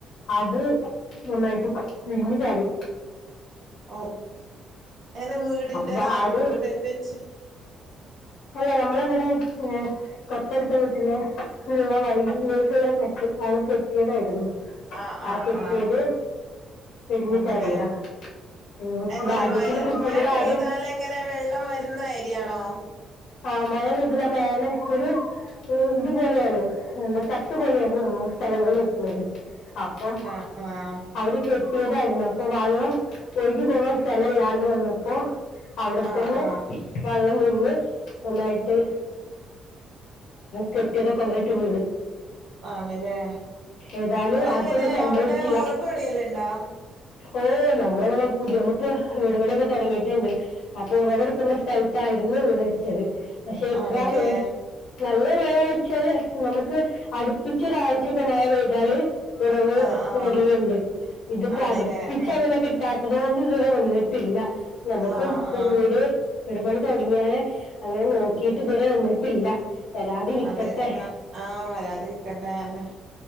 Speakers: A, on the left (about 65°); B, on the right (about 45°).
A: അത് നന്നായിട്ട് ഇടിഞ്ഞു ചാടി.
B: ഓഹ് എങ്ങനെ? വീടിന്റതാ?
A: അപ്പൊ ആര്
B: ഓള്ടെ എന്താച്ച്?
A: അല്ല നമ്മളവിടെ ഏഹ് തൊട്ടടുത്ത വീട്ടിലേ ക്കുള്ള വഴിയിലേക്കുള്ള കെട്ടി അവർ കെട്ടിയതായിരുന്നു.
B: ആഹ് ആഹ്
A: ആ കെട്ടിയത്
B: ആഹ്
A: ഇടിഞ്ഞു
B: ആണില്ലേ?
A: ചാടിയതാ ഉം
B: അങ്ങനെ
A: ഭാഗ്യത്തിന്
B: മയ
A: കുട്ടികളാരും
B: മ് മയ പെയ്താലെങ്ങനെ? വെള്ളം വരുന്ന ഏരിയാണോ?
A: ആഹ് മഴ പെയ്തണ മേലെ ഒരു ഇതുപോലെയാണ് ഏഹ് തട്ട് പോലെയാണ് നമ്മടെ സ്ഥലങ്ങൾ നിക്കണത്, അപ്പം
B: ആഹ് ആഹ്
A: അവര് കെട് ടിയതായിരുന്നു, അപ്പൊ വള്ളം ഒഴുകി പോകാൻ സ്ഥലം ഇല്ലാണ്ട് വന്നപ്പോ അവിടെത്തന്നെ
B: ആഹ് ആഹ്
A: വള്ളം നിന്ന് ഒന്നായിട്ട് കെട്ടിയതൊക്കെ ഒന്നായിട്ട് വീണ്.
B: ആണ്ല്ലേ
A: ഏതാലും
B: നിങ്ങളെങ്ങനെ
A: ആർക്കൊന്നും സംഭവിച്ചില്ല.
B: അവിടെ ഒറകൊടിയലുണ്ടോ
A: ഓഹ് നമ്മളവിടെ <unintelligible> വീടുപണിയൊക്കെ തുടങ്ങിയിട്ടുണ്ട്. അപ്പൊ ഉറവെടുക്കുന്ന സ്ഥലത്താ യിരുന്നു വീട് വെച്ചത്, പക്ഷെ ഇപ്രാ
B: ആണ്ല്ലേ
A: ഏഹ് നല്ല മഴയാഴ്ച്ചാല് നമുക്ക് അടുപ്പിച്ചൊരാഴ്ചക്ക് മഴ പെയ്താല് ഉറവ
B: ആഹ് ആഹ്
A: വരുന്നുണ്ട്, ഇത് ഇപ്പോ
B: ആണ്ല്ലേ
A: അടുപ്പിച്ചങ്ങനെ
B: ആഹ്
A: കിട്ടാത് തോണ്ട് ഇതുവരെ വന്നിട്ടില്ല, നമുക്കും
B: ആഹ്
A: ഇപ്പൊ
B: ആഹ്
A: വീട് വിട്പണി തുടങ്ങിയാല് അങ്ങനെ നോക്കിട്ട് ഇതുവരെ വന്നിട്ടില്ല. വരാതിരിക്കട്ടെ
B: അതെ ആഹ് വരാതിരിക്കണ്ടേ അന്നേ